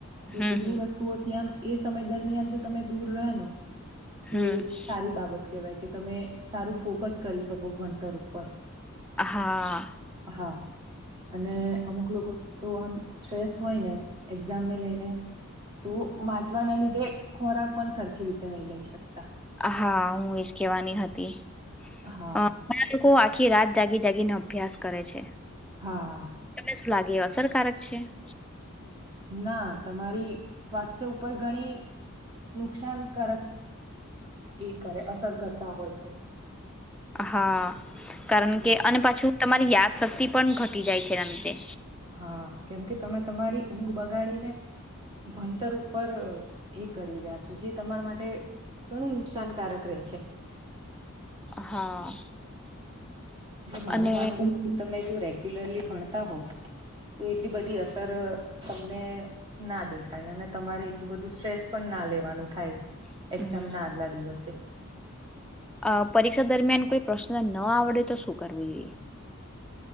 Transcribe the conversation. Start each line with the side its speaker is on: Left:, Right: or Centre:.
Right: તો
Centre: હમ
Right: એટલી
Centre: હમ
Right: વસ્તુઓથી આમ એ સમય દરમિયાન જો તમે દૂર રહે ન. તો
Centre: હમ
Right: એ એક સારી બાબત કેવાય. કે તમે સારું ફોકસ કરી શકો ભણતર ઉપર.
Centre: હા
Right: હા, અને અમુક લોકો તો આમ સ્ટ્રેસ હોય ને એક્ઝામને લઈને. તો વાંચવાના લીધે ખોરાક પણ સરખી રીતે નઈ લઈ શકતા.
Centre: હા હું એજ કેવાની હતી.
Right: હા.
Centre: અ, ઘણા લોકો આખી રાત જાગી જાગીને અભ્યાસ કરે છે.
Right: હા.
Centre: તમને શું લાગે એ અસરકારક છે.
Right: ના તમારી સ્વાસ્થ્ય ઉપર ઘણી નુકસાનકારક એ કરે અસર કરતા હોય છે.
Centre: હા કારણ
Right: હા
Centre: કે અને પાછું તમારી યાદશક્તિ પણ ઘટી જાય છે એના લીધે.
Right: હા કેમ કે તમે તમારી ઊંઘ બગાડીને ભણતર ઉપર એ કરી રહ્યા છો જે તમારા માટે ઘણું નુકસાનકારક રહેે છે.
Centre: હા.
Right: જો મારું
Centre: અને
Right: માનવું તમે જો રેગ્યુલરલી ભણતા હોવ. તો એટલી બધી અસર તમને ના દેખાય અને તમારે એટલું બધું સ્ટ્રેસ પણ પણ ના લેવાનું થાય,
Centre: હમ
Right: એક્ઝામ ના આગલા દિવસે.
Centre: અ પરીક્ષા દરમિયાન કોઈ પ્રશ્ન ન આવડે તો શું કરવું જોઈએ?